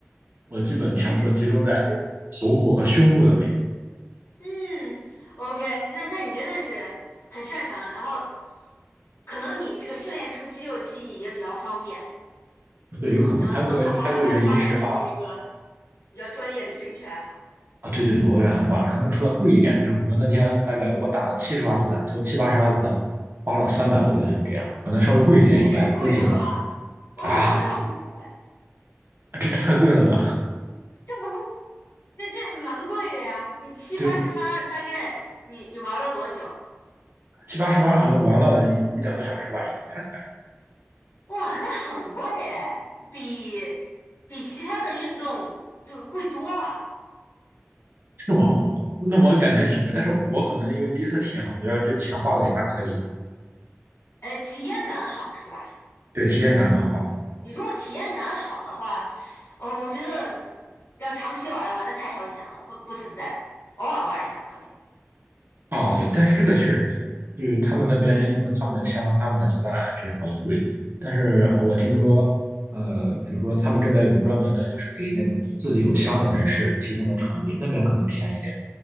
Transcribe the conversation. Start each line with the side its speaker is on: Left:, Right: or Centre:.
Right: 我基本全部集中在这个头部和胸部的位
Left: 嗯嗯，OK，那那你真的是很擅长，然后可能你这个训练出肌肉记忆也比较方便，
Right: 置。对，有可能还有一个还有一个原因是啊
Left: 能能好好把它发展成一个比较专业的兴趣爱好。
Right: 啊，对对对，我也很棒，可能除了贵一点，就是我们那天大概我打了七十发子弹，就七八十发子弹，花了三百欧元这样，可能稍微贵一点以外都挺好
Left: 这也太贵了吧！我没想到这么贵，
Right: 啊，<laughs> 这太贵了吧？
Left: 这不贵那这蛮贵的呀，你七八十发，
Right: 对。
Left: 大概你你玩了多久？
Right: 七八十盘可能玩了一两个小时吧，应该是
Left: 哇，那很贵哎，比比其他的运动这个贵多了。
Right: 网好，那我感觉挺贵，但是我可能因为第一次体验，我觉得这钱花的也还可以，
Left: 呃，体验感好是吧？
Right: 对，体验感很好。
Left: 你如果体验感好的话，哦，我觉得要长期玩的话，那太烧钱了，不不存在的，偶尔玩一下可以。
Right: 啊，对，但是这个确实是，就是他们那边因为他们的枪、他们的子弹确实好像贵，但是我听说，呃，比如说他们这边有专门的，就是给那种自己有枪的人士提供的场地，那边可能便宜点，